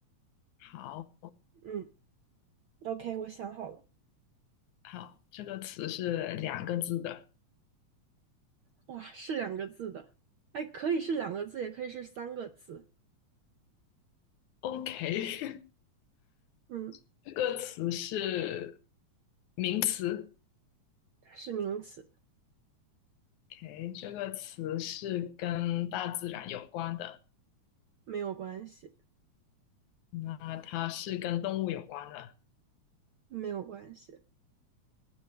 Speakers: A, on the left (about 75°); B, on the right (about 70°).
A: 好，
B: 嗯，OK，我想好了。
A: 好，这个词是两个字的
B: 哇，是两个字的，哎，可以是两个字，也可以是三个字。
A: ，OK，
B: 嗯，
A: <laughs> 这个词是名词
B: 它是名词，
A: ，OK，这个词是跟大自然有关的，
B: 没有关系，
A: 那它是跟动物有关的，
B: 没有关系，